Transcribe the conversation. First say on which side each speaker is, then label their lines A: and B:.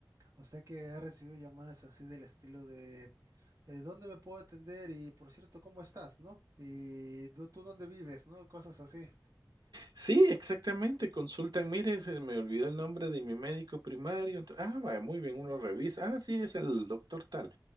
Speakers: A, on the right; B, on the right.
A: O sea que ha recibido llamadas así del estilo de eh, ¿dónde me puedo atender? Y por cierto, ¿cómo estás? ¿No? Y ¿tú, tú dónde vives? ¿No? Cosas así.
B: Sí, exactamente, consultan, mire, se me olvidó el nombre de mi médico primario, ento- ah, vaya, muy bien, uno revisa, ah, sí, es el doctor tal.